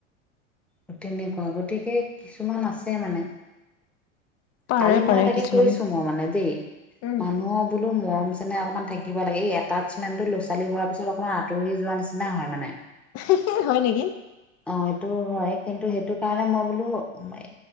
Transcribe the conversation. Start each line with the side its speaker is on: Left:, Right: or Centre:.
Centre: ও তেনেকুৱা, গতিকে কিছুমান আছে মানে।
Left: পাৰে
Centre: কালি
Left: পাৰে
Centre: মই তাকে
Left: কিছুমানে
Centre: কৈছোঁ মই মানে দেই,
Left: উম
Centre: মানুহৰ বোলোঁ মৰম চেনেহ অকণমান থাকিব লাগে, এই এটাচমেণ্টটো ল'ৰা-ছোৱালী হোৱাৰ পিছত অকণমান আঁতৰি যোৱা নিচিনা হয় মানে।
Left: হি‌, হি, হয় নেকি?
Centre: অহ, সেইটোও হয়। কিন্তু সেইটো কাৰণে মই বোলো এ